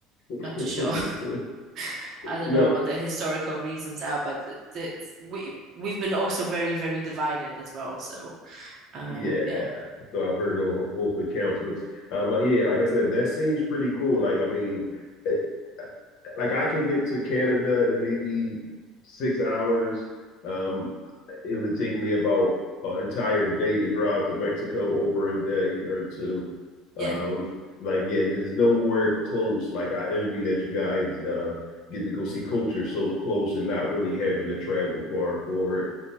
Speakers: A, on the left; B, on the right.
A: <laughs>
B: Not too sure. <laughs> I don't
A: No,
B: know what the historical reasons are, but it, it's- we we've been also very, very divided as well. So, uh,
A: yeah.
B: yeah,
A: So I've heard on both accounts, but um, yeah, like I said, that seems pretty cool. Like, I mean, eh, eh, like I can get to Canada in maybe six hours. Um, it would take me about an entire day to drive to Mexico over a day or two.
B: yeah,
A: Um, like, yeah, there's nowhere close. Like, I envy that you guys uh get to go see culture so close and not really having to travel far for it.